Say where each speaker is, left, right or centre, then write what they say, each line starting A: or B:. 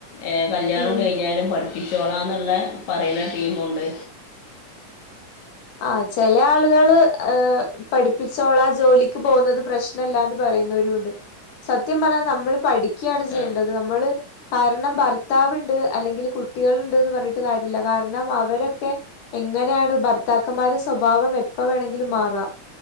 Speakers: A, on the left; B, on the left.
A: ഏഹ് കല്യാണം
B: ഉം
A: കെയിഞ്ഞാലും പഠിപ്പിച്ചോളാംന്ന്ള്ളെ പറയ്ണെ ടീമുണ്ട്
B: ആഹ് ചെലെ ആള്കള് ഹ് പഠിപ്പിച്ചോളാ ജോലിക്ക് പോവുന്നത് പ്രശ്നല്ലാന്ന് പറയുന്നവരും ഉണ്ട് സത്യം പറഞ്ഞാ നമ്മള് പഠിക്ക്യാണ് ചെയ്യേണ്ടത്
A: ആ
B: നമ്മള് കാരണം ഭർത്താവ്ണ്ട് അല്ലെങ്കില് കുട്ടികള്ണ്ട്ന്ന് പർണ് ട്ട് കാര്യല്ല കാരണം അവരൊക്കെ എങ്ങനെയാണ് ഭർത്താക്കന്മാരെ സ്വഭാവം എപ്പ വേണെങ്കിലും മാറാ